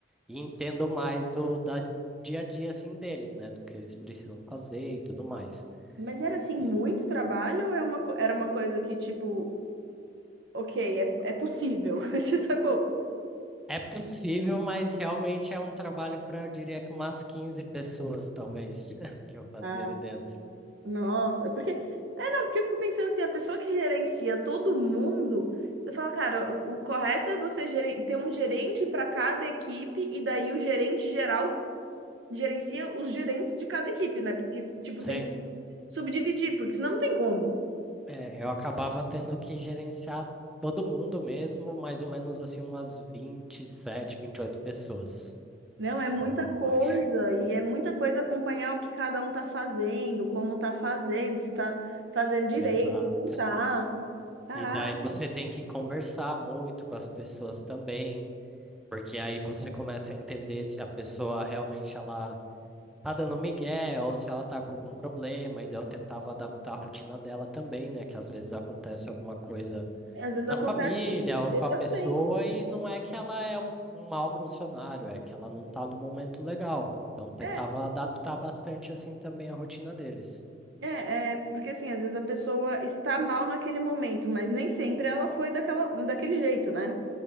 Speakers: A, in the centre; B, on the right (about 75°).
A: e entendo mais do da dia a dia assim deles, né, do que eles precisam fazer e tudo mais.
B: Mas era assim,
A: E
B: muito trabalho ou é uma, co- era uma coisa que, tipo, ok, é, é possível? <laughs> Você sacou?
A: É possível, mas realmente é um trabalho para, eu diria que umas 15 pessoas, talvez, <laughs> que eu fazia
B: Ah,
A: ali dentro.
B: nossa, é porque. É, não, porque eu fico pensando assim, a pessoa que gerencia todo mundo, você fala, cara, o, o correto é você geren- ter um gerente para cada equipe e daí o gerente geral gerencia os gerentes de cada equipe, né? Porque, tipo,
A: Sim,
B: tem que subdividir, porque senão não tem como.
A: é, eu acabava tendo que gerenciar todo mundo mesmo, mais ou menos assim, umas 27, oito pessoas
B: Não,
A: que
B: é
A: estavam
B: muita coisa,
A: abaixo.
B: e é muita coisa acompanhar o que cada um tá fazendo, como tá fazendo, se tá fazendo direito,
A: Exato.
B: se não tá. Caraca,
A: E daí você tem que conversar muito com as pessoas também, porque aí você começa a entender se a pessoa realmente ela tá dando migué, ou se ela tá com algum problema, e daí eu tentava adaptar a rotina dela também, né? Que às vezes acontece alguma coisa
B: às vezes
A: na
B: acontece.
A: família ou
B: Exatamente.
A: com a pessoa, e não é que ela é um, um mau funcionário, é que ela não tá no momento legal. Então tentava
B: É,
A: adaptar bastante assim também a rotina deles.
B: é, é, porque assim, às vezes a pessoa está mal naquele momento, mas nem sempre ela foi daquela, daquele jeito, né?